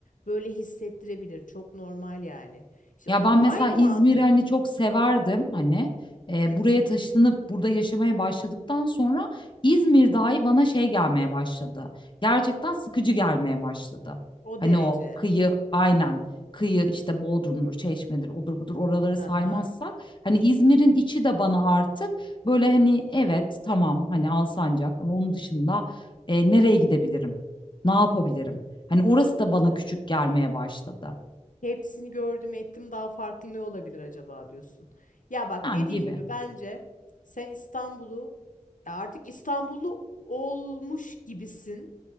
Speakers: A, on the left; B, on the left.
A: böyle hissettirebilir. Çok normal yani. İşte
B: Ya
A: o-
B: ben mesela
A: aynı
B: İzmir'i
A: mantık.
B: hani çok severdim hani e,
A: Hı hı.
B: buraya taşınıp burada yaşamaya başladıktan sonra İzmir dahi bana şey gelmeye başladı. Gerçekten sıkıcı gelmeye başladı.
A: O
B: Hani
A: derece.
B: o kıyı aynen kıyı işte Bodrum'dur, Çeşme'dir, odur budur oraları saymazsak
A: Hı hı.
B: hani İzmir'in içi de bana artık böyle hani evet tamam hani Alsancak ama onun dışında e, nereye gidebilirim? Ne yapabilirim? Hani orası da bana küçük gelmeye başladı.
A: Hepsini gördüm ettim daha farklı ne olabilir acaba diyorsun. Ya bak
B: Ha,
A: dediğim
B: gibi.
A: gibi bence sen İstanbul'u ya artık İstanbullu olmuş gibisin.